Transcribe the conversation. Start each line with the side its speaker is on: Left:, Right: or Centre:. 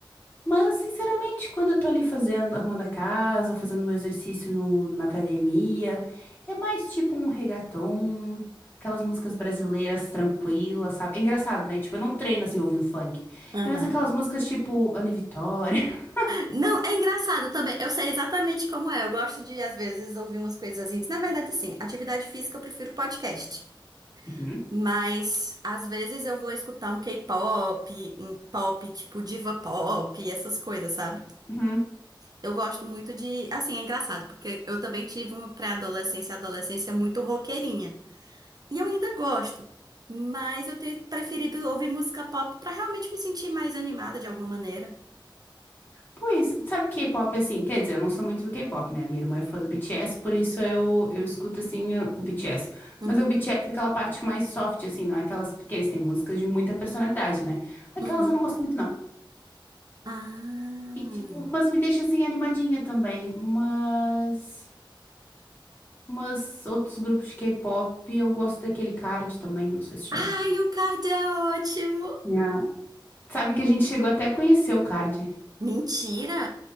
Left: Mas, sinceramente, quando eu tô ali fazendo, arrumando a casa, fazendo meu exercício no- na academia, é mais tipo um reggaeton, aquelas músicas brasileiras tranquilas, sabe? É engraçado, né? Tipo, eu não treino assim ouvindo funk.
Right: Uhum.
Left: É mais aquelas músicas tipo Ana e Vitória. <laughs>
Right: Não, é engraçado também. Eu sei exatamente como é. Eu gosto de, às vezes, ouvir umas coisas íntimas. Na verdade, sim, atividade física eu prefiro podcast.
Left: Uhum,
Right: Mas, às vezes, eu vou escutar um K-pop, um pop tipo diva pop, essas coisas, sabe?
Left: uhum.
Right: Eu gosto muito de. Assim, é engraçado, porque eu também tive uma pré-adolescência, adolescência muito roqueirinha. E eu ainda gosto. Mas eu tenho preferido ouvir música pop pra realmente me sentir mais animada de alguma maneira.
Left: Pois, sabe K-pop assim? Quer dizer, eu não sou muito do K-pop, né? Minha irmã é fã do BTS, por isso eu, eu escuto assim o BTS.
Right: Uhum,
Left: Mas é o BTS é aquela parte mais soft, assim, não é aquelas. Porque eles têm músicas de muita personalidade, né? Aquelas
Right: uhum.
Left: eu não gosto muito, não.
Right: Ah.
Left: E tipo, mas me deixa assim animadinha também. Mas. Mas outros grupos de K-pop, eu gosto daquele Card também, não sei se já.
Right: Ai, o card é ótimo!
Left: Ah, Sabe que a gente chegou até a conhecer o Card.
Right: Mentira!